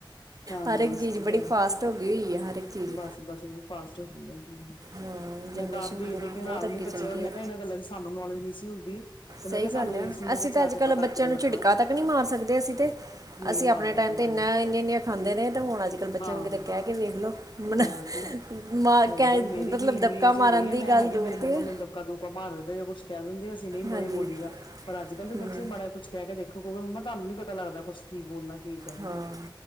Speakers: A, on the left; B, on the right.
A: ਹਾਂ
B: ਹਰ
A: ਹਾਂ
B: ਇੱਕ
A: ਸਹੀ
B: ਚੀਜ਼ ਬੜੀ
A: ਗੱਲ
B: ਫਾਸਟ ਹੋ ਗਈ ਹੋਈ ਹੈ ਹਰ ਇੱਕ ਚੀਜ਼
A: ਬਸ ਬਸ ਉਹ ਫਾਸਟ ਬਹੁਤ ਗਈ ਏ ਹੁੰ
B: ਹਾਂ ਜਨਰੇਸ਼ਨ
A: ਮੈਂ ਤਾਂ ਆਪ ਦੇਖ-ਦੇਖ
B: ਬਹੁ-
A: ਹੈਰਾਨ
B: ਬਹੁਤ
A: ਹੋਨੀ
B: ਅੱਗੇ
A: ਆ ਬੱਚਿਆ
B: ਚੱਲ
A: ਵਲ
B: ਗਈ
A: ਮੈਂ
B: ਹੈ
A: ਕਿਹਾ ਇਹਨਾਂ ਦਾ ਲੰਚ ਸਾਨੂੰ ਨੌਲੇਜ ਨਹੀਂ ਸੀ ਹੁੰਦੀ। ਤੇ ਮੈਂ
B: ਸਹੀ
A: ਕਿਹਾ ਸਾਨੂੰ
B: ਗੱਲ ਆ
A: ਇਸ ਉਮਰ
B: ਅਸੀਂ
A: ਵਿੱਚ
B: ਤਾਂ
A: ਆ
B: ਅੱਜ
A: ਕੇ
B: ਕੱਲ
A: ਪਤਾ
B: ਬੱਚਿਆਂ
A: ਲੱਗਣ
B: ਨੂੰ
A: ਲੱਗਾ
B: ਝਿੜਕਾ ਤੱਕ ਨਹੀਂ ਮਾਰ ਸਕਦੇ ਅਸੀਂ ਤੇ
A: ਨਹੀਂ
B: ਅਸੀਂ
A: ਮਾਰ
B: ਆਪਣੇ
A: ਸਕਦੇ
B: ਟਾਈਮ ਤੇ
A: ਸਹੀ
B: ਇੰਨਾ ਇੰਨੀਆਂ ਇੰਨੀਆਂ ਖਾਂਦੇ ਨੇ ਹੁਣ ਅੱਜ ਬੱਚਿਆਂ
A: ਹਾਂ
B: ਨੂੰ ਕਿਤੇ ਕਹਿ ਕੇ ਵੇਖ ਲਓ ਮ
A: ਹੋਰ ਕੀ
B: <inaudible> ਮ
A: ਹੋਰ
B: ਕ
A: ਮੇਰੀ
B: ਮਤਲਬ
A: ਵੀ ਇੰਨੀ
B: ਦਬਕਾ
A: ਏਜ ਹੋ
B: ਮਾਰਨ
A: ਗਈ ਆ
B: ਦੀ
A: ਮੈਂ
B: ਗੱਲ
A: ਹਜੇ ਵੀ
B: ਦੂਰ
A: ਮੇਰੇ ਮੰਮਾ
B: ਦੀ ਹੈ
A: ਮੈਨੂ ਦਬਕਾ-ਦੁਬਕਾ ਮਾਰ ਦਿੰਦੇ। ਕੁਛ ਕਹ ਦਿੰਦੇ ਆ ਸੀ। ਨਹੀਂ ਮੋਹਰੇ
B: ਹਾਂਜੀ
A: ਬੋਲੀ ਦਾ, ਪਰ ਅੱਜ ਕੱਲ ਦੇ
B: ਹੂੰ
A: ਬੱਚੇ ਮਾੜਾ ਜਿਹਾ ਕੁਛ ਕਹਿ ਕੇ ਦੇਖੋ। ਕਿ ਮੰਮਾ ਤੁਹਾਨੂੰ ਨੀ ਪਤਾ ਲੱਗਦਾ ਕੁਛ, ਕੀ ਬੋਲਣਾ ਕੀ ਕਹਿਣਾ।
B: ਹਾਂ